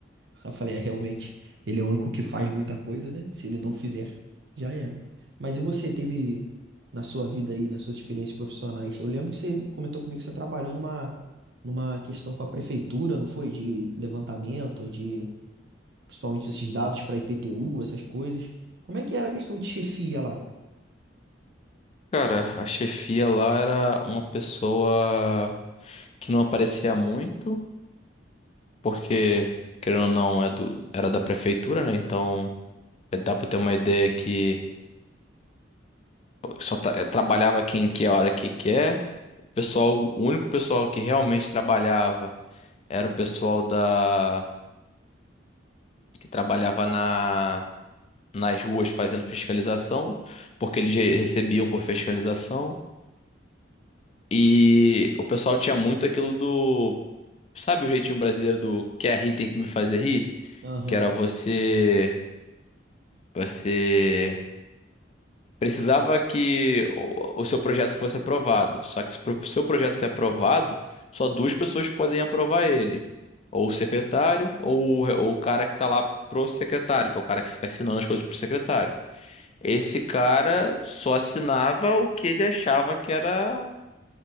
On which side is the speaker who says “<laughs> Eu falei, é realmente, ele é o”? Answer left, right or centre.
Right